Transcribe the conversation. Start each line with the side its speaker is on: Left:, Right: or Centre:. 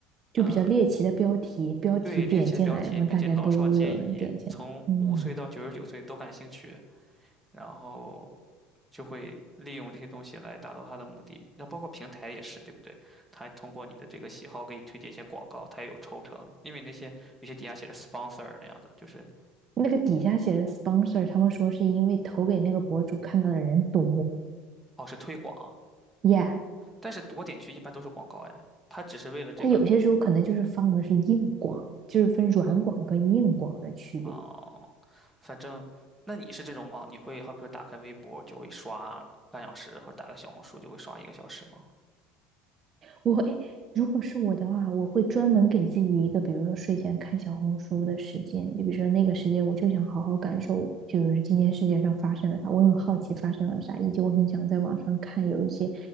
Right: 就比较猎奇的标题，
Centre: 呃，
Right: 标题点进来，
Centre: 对猎奇的标题，
Right: 然后大家都有人点进来。
Centre: 并且老少皆宜，从五岁到九十九岁都感兴趣，
Right: 嗯，
Centre: 然后就会利用这些东西来达到他的目的。那包括平台也是，对不对？他通过你的这个喜好给你推荐一些广告，他也有抽成，因为那些有些底下写的 sponsor 那样的，就是
Right: 那个底下写的 sponsor，他们说是因为投给那个博主看到的人多
Centre: 哦是推广，
Right: ，yeah，
Centre: 但是我点去一般都是广告，哎，他只是为了这个
Right: 他有些时候可能就是放的是硬广，就是分软广跟硬广的区别。
Centre: 啊、反正那你是这种吗？你会好比说打开微博就会刷半小时，或者打开小红书就会刷一个小时吗？
Right: 我会，如果是我的话，我会专门给自己一个，比如说睡前看小红书的时间，就比如说那个时间，我就想好好感受，就是今天世界上发生了啥，我很好奇发生了啥，以及我很想在网上看有一些，